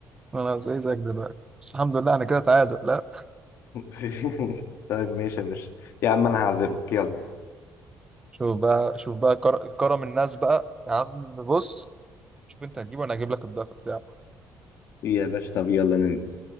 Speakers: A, on the right; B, on the left.
A: أنا زي زيك دلوقتي بس الحمد لله أنا كده تعادل لا
B: <laughs> طيب ماشي يا باشا يا عم أنا هعزمك يلا
A: شوف بقى شوف بقى كر... كرم الناس بقى يا عم بص شوف أنت هتجيبه وأنا هجيب لك الضعف بتاعه
B: يا باشا طب يلا ننزل